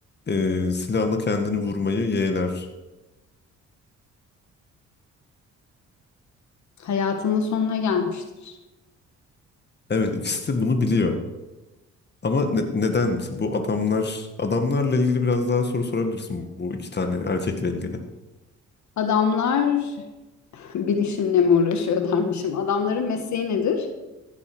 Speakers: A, on the left; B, on the left.
A: e, silahla kendini vurmayı yeğler?
B: hayatının sonuna gelmiştir.
A: Evet ikisi de bunu biliyor. Ama ne- neden Mesela bu adamlar adamlarla ilgili biraz daha soru sorabilirsin bu iki tane erkekle ilgili.
B: Adamlar <laughs> bilişimle mi uğraşıyor dermişim. Adamların mesleği nedir?